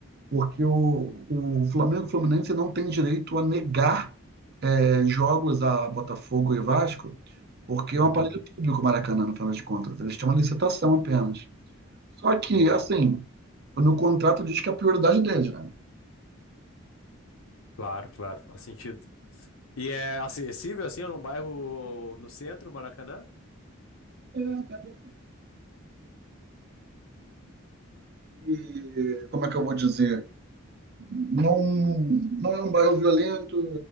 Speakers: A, on the right; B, on the left.
A: porque o, o Flamengo e o Fluminense não tem direito a negar eh, jogos a Botafogo e Vasco, porque é
B: Uhum,
A: um aparelho público o Maracanã, no final das contas. Eles têm uma licitação apenas. Só que,
B: uhum.
A: assim, no contrato diz que é a prioridade deles, né?
B: Claro, claro, faz sentido. E é acessível, assim, num bairro no centro, Maracanã?
A: É, E, como é que eu vou dizer? Não, não é um bairro violento,